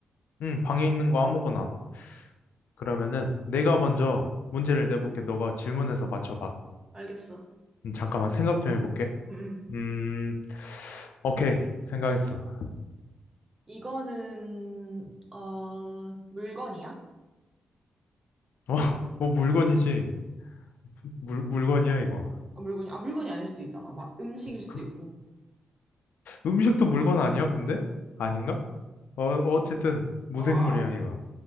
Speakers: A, on the left; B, on the right.
A: 음, 방에 있는 거 아무거나. 그러면은 내가 먼저 문제를 내볼게. 너가 질문해서 맞춰봐.
B: 알겠어.
A: 음, 잠깐만 생각 좀 해볼게.
B: 음, 음.
A: 음, 오케이. 생각했어. 어,
B: 이거는, 어, 물건이야?
A: <laughs> 뭐 물건이지. 물, 물건이야, 이거.
B: 어, 물건이, 아, 물건이 아닐 수도 있잖아. 막 음식일 수도
A: 그,
B: 있고.
A: 음식도 물건 아니야, 근데? 아닌가? 어,
B: 풀고?
A: 어쨌든 무생물이야,
B: 어, 아, 알았어.
A: 이거.